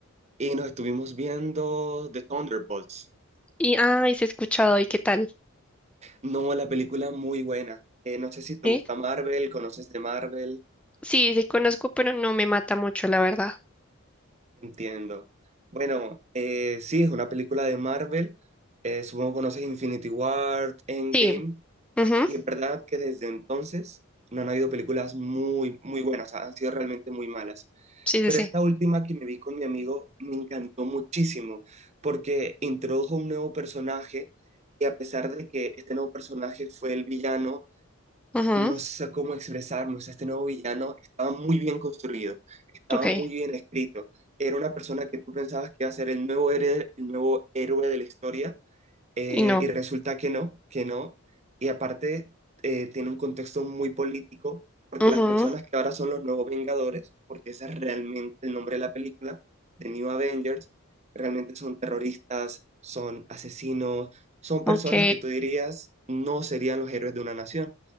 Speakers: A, on the right (about 30°); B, in the centre.
A: y nos estuvimos viendo The Thunderbolts.
B: Y ay, se ha escuchado y qué tal,
A: No, la película muy buena. Eh, no sé si te
B: ¿eh?
A: gusta Marvel, conoces de Marvel,
B: Sí, sí conozco, pero no me mata mucho, la verdad.
A: entiendo. Bueno, eh, sí, es una película de Marvel. Eh, supongo que conoces Infinity War, Endgame.
B: Sí, ujú,
A: Y en verdad que desde entonces no han habido películas muy, muy buenas, han sido realmente muy malas.
B: Sí,
A: Pero
B: sí, sí.
A: esta última que me vi con mi amigo me encantó muchísimo porque introdujo un nuevo personaje y a pesar de que este nuevo personaje fue el villano,
B: ujú,
A: no sé cómo expresarnos, este nuevo villano estaba muy bien construido, estaba
B: Ok,
A: muy bien escrito. Era una persona que tú pensabas que iba a ser el nuevo héroe, el nuevo héroe de la historia eh,
B: y no.
A: y resulta que no, que no. Y aparte, eh, tiene un contexto muy político, porque
B: ujú,
A: las personas que ahora son los nuevos Vengadores, porque ese es realmente el nombre de la película, The New Avengers, realmente son terroristas, son asesinos, son
B: Ok,
A: personas que tú dirías no serían los héroes de una nación.